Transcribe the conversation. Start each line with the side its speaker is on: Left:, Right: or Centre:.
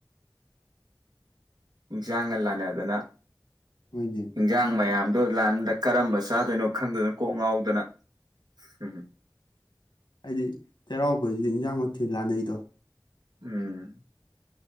Right: ꯏꯟꯁꯥꯡꯒꯜ ꯂꯥꯟꯅꯗꯅ
Left: ꯍꯣꯏꯅꯦ
Right: ꯍꯤꯟꯖꯥꯡ ꯃꯌꯥꯝ ꯑꯗꯣ ꯂꯥꯟꯗ ꯀꯔꯝꯕ ꯆꯥꯗꯣꯏꯅꯣ ꯈꯪꯗꯗꯅꯣ ꯀꯣꯛ ꯉꯥꯎꯗꯅ ꯎꯝ
Left: ꯍꯥꯏꯗꯤ ꯆꯩꯔꯥꯎꯕꯁꯤꯗꯤ ꯏꯟꯁꯥꯡ ꯃꯊꯦꯜ ꯂꯥꯟꯅꯩꯗꯣ
Right: ꯎꯝ